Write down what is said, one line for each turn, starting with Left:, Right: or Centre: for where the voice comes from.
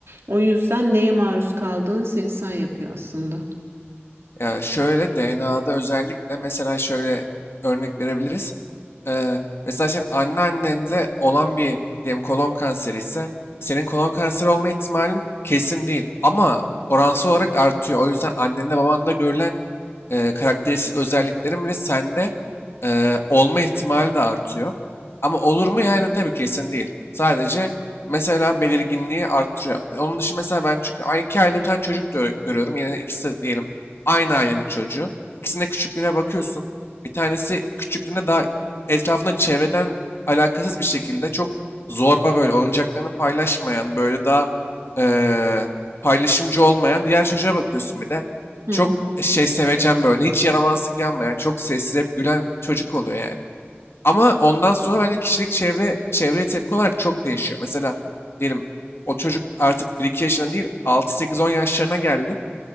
Right: O yüzden neye maruz kaldığın seni sen yapıyor aslında.
Left: Ya şöyle DNA'da özellikle mesela şöyle örnek verebiliriz. Ee, mesela senin anneannende olan bir diyelim kolon kanseri ise senin kolon kanseri olma ihtimalin kesin değil ama oransal olarak artıyor. O yüzden annende babanda görülen e, karakteristik özelliklerin bile sende e, olma ihtimali de artıyor. Ama olur mu yani tabii kesin değil. Sadece mesela belirginliği artırıyor. Onun dışı mesela ben çünkü aynı iki ailede bir tane çocuk gö- görüyorum. Yani ikisi de diyelim Aynı ailenin çocuğu. İkisinin de küçüklüğüne bakıyorsun. Bir tanesi küçüklüğünde daha etrafında çevreden alakasız bir şekilde çok zorba böyle oyuncaklarını paylaşmayan, böyle daha eee, paylaşımcı olmayan diğer çocuğa bakıyorsun bir de.
Right: Hı
Left: Çok
Right: hı.
Left: e, şey sevecen böyle, hiç yaramazlık yanmayan, çok sessiz hep gülen çocuk oluyor yani. Ama ondan sonra bence kişilik çevre çevreye tepki olarak çok değişiyor. Mesela diyelim o çocuk artık bir iki yaşına değil altı sekiz on yaşlarına geldi